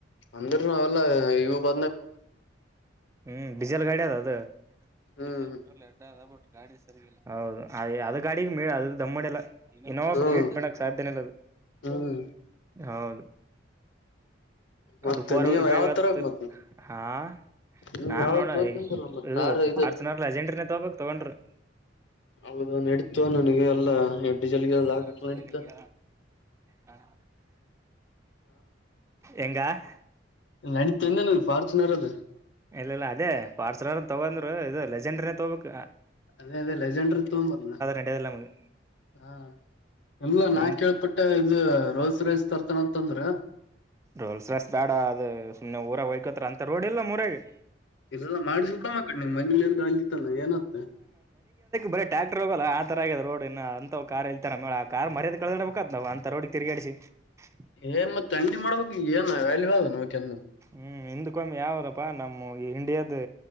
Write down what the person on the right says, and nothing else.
ಹ್ಮ ಡೀಜೆಲ್ ಗಾಡಿ ಅದ ಅದು <unintelligible>
ಗಡಿ ಸರಿಯಿಲ್ಲ ಹೌದು ಅದು ಗಾಡಿಗೆ ಮೇಡ ಅದು ದಮ್ಮಡಿ ಎಲ್ಲ ಇನೋವಾಕ
ಬೀಡ್ ಬಣಕ್ ಸಾಧ್ಯನ
ಹೌದು
ಅದು ಫೋರ್
ವ್ಹೀಲ್ ಡ್ರೈವ್ತ
ಹಾ <unintelligible>
ನಾನ್
ನೋಡ
ಇದು
ಪಾರ್ಸನರ್ ಲಜೆಂಡ್ರನ ತಗಬಕ್ ತಗೊಂಡರು
ಹಾ ಸ್ಪೆಲಿಂಗ
ಹ ಎಂಗ <unintelligible>
ಇಲ್ಲ ಇಲ್ಲ ಅದೇ ಪಾರ್ಸರ್ನ್ ತಗಂದ್ರು ಇದು ಲೆಜೆಂಡ್ರನ ತಗೋಬೇಕ
ನಡೆಯದಿಲ್ಲ ನಮಗೆ
ನಿನ್
ರೋಲ್ಸ್ ರೋಸ್ ಬೇಡ ಅದು ಸುಮ್ನೆ ಊರಾಗ ಹೊಯ್ಕೋತ್ತ್ರ ಅಂತ ರೋಡ್ ಇಲ್ಲ ಊರಗೆ
ಬರೇ ಟ್ಯಾಕ್ಟರ್ ಹೋಗಲ್ಲ ಆತರ ಆಗೈದ ರೋಡ್ ಇನ್ ಅಂತ ಕಾರ್ ಹಿಡಿತ್ತಾರ ಆ ಮೇಲ್ ಕಾರ್ ಮರ್ಯಾದಿ ಕಳದಡಬೇಕ್ ಅತ್ತಲಾವ್ ಅಂತ ರೋಡ್ ತಿರುಗ್ಯಾಡಸಿ. <unintelligible> ಜಿ <unintelligible>
ಹಿ ಹಿಂದ್ಕಮ್ಮಿ ಯಾವಾರಪ್ಪಾ ನಮ್ಮವ್ವ ಇಂಡಿಯಾದ